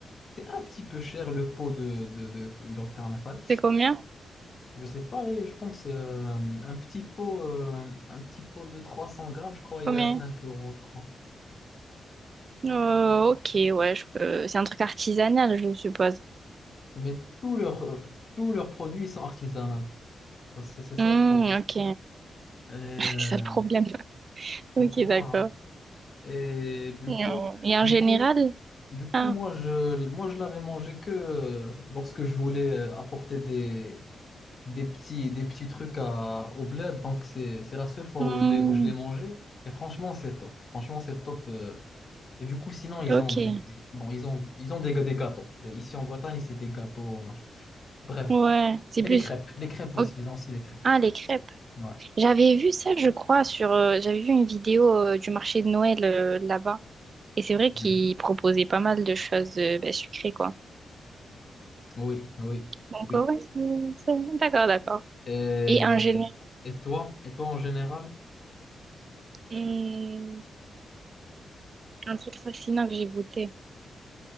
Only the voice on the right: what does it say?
C'est combien?
Combien?
Euh, ok, ouais, je peux... C'est un truc artisanal, je suppose.
Hmm,
ok.
<laughs>
C'est ça le problème. <laughs> Ok,
d'accord.
Non.
Et en
général?
Ah,
hmm,
ok.
Ouais, c'est
plus...
ok.
Ah, les crêpes.
J'avais vu ça, je crois, sur... euh, J'avais vu une vidéo euh, du marché de Noël euh, là-bas. Et c'est vrai qu'il
proposait pas mal de choses euh, ben, sucrées, quoi.
Donc,
ouais, c'est... c'est- D'accord, d'accord.
Et en général,
c'est un truc fascinant que j'ai goûté.